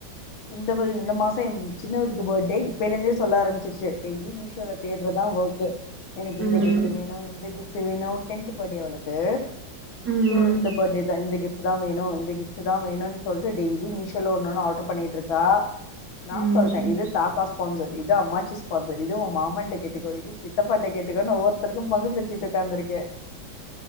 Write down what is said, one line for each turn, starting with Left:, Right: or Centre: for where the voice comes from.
Left: இந்த ஒரு இந்த மாசம் சின்னதுக்கு பர்டே இப்பைல இருந்தே சொல்ல ஆரம்பிருச்சு டெய்லி மீஷோல தேடுறது தான் ஒர்க்கு எனக்கு
Right: ம்
Left: இந்த கிஃப்ட் வேணும் இந்த கிஃப்ட் வேணும் டென்த் பர்டே அவளுக்கு
Right: ம்
Left: சோ இந்த பர்த்டே தான் இந்த கிப்ட் தான் வேணும் இந்த கிப்ட் தான் வேணும்னு சொல்ட்டு டெய்லி மிஷி அதுல ஓன்னொன்னு ஆர்டர் பண்ணிட்டு இருக்கா நான்
Right: ம்
Left: சொல்லிட்டேன் இது தாத்தா ஸ்பான்சர் இது அம்மாச்சி அ இது உன் மாமன்கிட்ட கேட்டுக்க இது சித்தாப்பாகிட்ட கேட்டுக்கோன்னு ஒவ்வொருத்தருக்கும் பங்கு பிரிச்சுட்டு உக்காந்துருக்கேன்